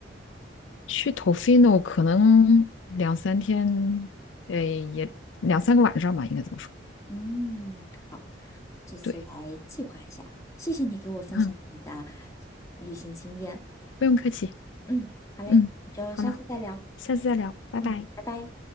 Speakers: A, on the left (about 85°); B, on the left (about 15°).
A: 去 Tofino 可能两三天，呃，也两三个晚上吧，应该这么说。
B: 嗯，这次来计划一下，
A: 对，
B: 谢谢你给我分享你的
A: 嗯，
B: 旅行经验。
A: 不用客气。
B: 嗯，好嘞，
A: 嗯，
B: 就下次再聊。
A: 好了，下次再聊，拜拜。
B: 嗯，拜拜。